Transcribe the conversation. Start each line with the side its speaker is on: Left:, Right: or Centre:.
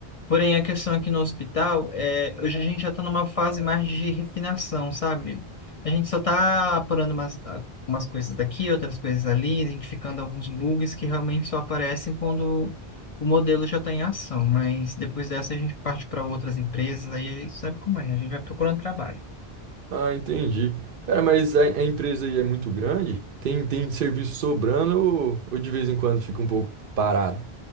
Left: Porém, a questão aqui no hospital é, hoje a gente já está numa fase mais de refinação, sabe? A gente só está apurando umas, ah, umas coisas daqui, outras coisas ali, identificando alguns bugs que realmente só aparecem quando o modelo já está em ação. Mas depois dessa a gente parte para outras empresas, aí sabe como é, a gente vai procurando trabalho.
Right: Ah, entendi. Cara, mas a, a empresa aí é muito grande? Tem, tem serviço sobrando ou, ou de vez em quando fica um pouco parado?